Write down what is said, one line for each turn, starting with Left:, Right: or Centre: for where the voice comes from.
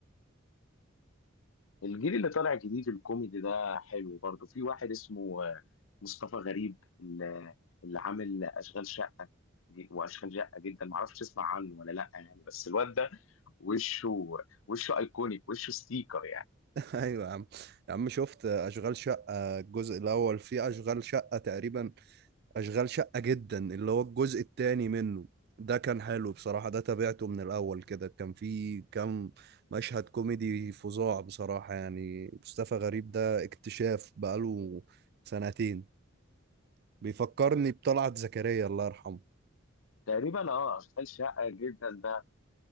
Left: الجيل اللي طالع جديد الكوميدي ده حلو برضه في واحد اسمه آه، مصطفى غريب اللي اللي عامل اشغال شقه ج- واشغال شقه جدا معرفش تسمع عنه ولا لا يعني بس الواد ده وشه وشه ايكونيك وشه ستيكر يعني
Right: <laughs> ايوه يا عم يا عم شفت اشغال شقه الجزء الاول في اشغال شقه تقريبا اشغال شقه جدا اللي هو الجزء الثاني منه ده كان حلو بصراحه ده تابعته من الاول كده كان في كام مشهد كوميدي فظاع بصراحه يعني مصطفى غريب ده اكتشاف بقاله سنتين بيفكرني بطلعت زكريا الله يرحمه
Left: تقريبا اه اشغال شقه جدا ده